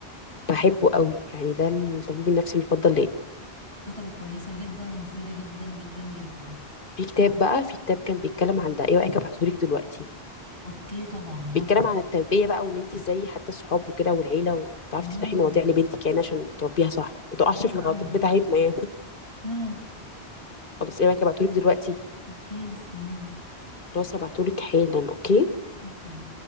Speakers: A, on the left; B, on the right.
A: بحبه قوي يعني ده الطبيب النفسي المفضل ليا
B: كتبه كويسة جدا ومفيدة جدا جدا جدا
A: في كتاب بقى في كتاب كان بيتكلم عن ده ايه رايك ابعتهولك دلوقتي
B: اوكي طبعا موافقة
A: بيتكلم عن التربيه بقى وان انت ازاي حتى الصحاب وكده والعيله وتعرفي
B: امم
A: تفتحي مواضيع لبنتك يعني عشان تربيها صح ما تقعش
B: حلوة
A: في الغلطات
B: قوي
A: بتاعتنا يعني
B: امم
A: <laughs> خلاص ايه رايك ابعتهولك دلوقتي
B: اوكي مستنية
A: خلاص هبعتهولك حالا اوكي
B: اوكي